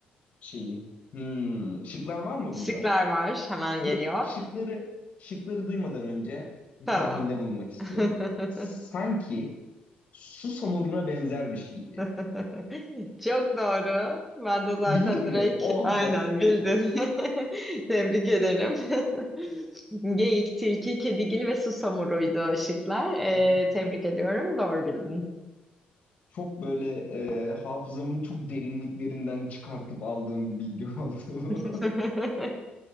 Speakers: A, on the left (about 45°); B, in the centre.
A: şeyi. Hmm, şıklar var mı
B: şıklar
A: bunda?
B: var. Hemen geliyor.
A: Dur, şıkları şıkları duymadan önce bir
B: Tamam.
A: tahminde bulunmak istiyorum.
B: <laughs>
A: Sanki su samuruna benzer bir şeydi.
B: <laughs> Çok doğru. Ben de zaten
A: Bildin
B: direkt
A: mi? Oh
B: aynen
A: be.
B: bildin. <laughs> Tebrik ederim. <laughs> Geyik, tilki, kedigil ve susamuruydu şıklar. Ee,
A: Hı hı.
B: tebrik ediyorum. Doğru bildin.
A: Çok böyle e, hafızamın çok derinliklerinden çıkartıp aldığım bir bilgi oldu.
B: <laughs>
A: <laughs>